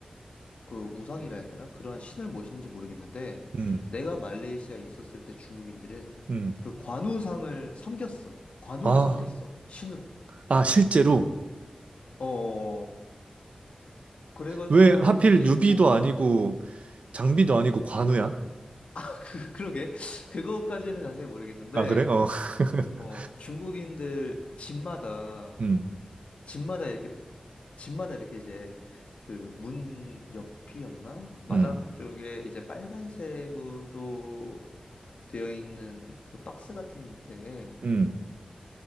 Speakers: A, on the left; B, on the right.
A: 그 우상이라 해야 되나? 그러한 신을 모시는지 모르겠는데
B: 음.
A: 내가 말레이시아에 있었을 때 중국인들은
B: 음.
A: 그 관우상을 섬겼어. 관우를
B: 아,
A: 섬겼어. 신으로.
B: 아, 실제로.
A: 어, 어, 어. 그래가지고
B: 왜 하필
A: 이제
B: 유비도
A: 어.
B: 아니고 장비도 아니고 관우야?
A: 아, 그, 그러게. 그거까지는 자세히 모르겠는데,
B: 아, 그래? 어. <laughs>
A: 어, 중국인들 집마다,
B: 음,
A: 집마다 이렇게, 집마다 이렇게 이제, 그, 문 옆이었나? 마당
B: 음,
A: 쪽에 이제 빨간색으로 되어 있는 그 박스 같은데,
B: 음.